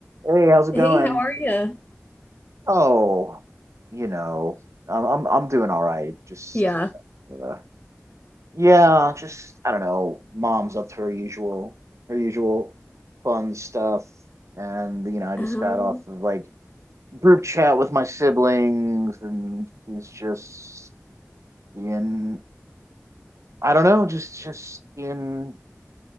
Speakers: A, on the right; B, on the left.
A: Hey, how's it
B: Hey,
A: going?
B: how are you?
A: Oh, you know, I'm I'm I'm doing all right. Just
B: Yeah.
A: uh, yeah, just I don't know. Mom's up to her usual her usual fun stuff, and you know, I just
B: Oh,
A: got off of like group chat with my siblings, and she's just in I don't know, just just in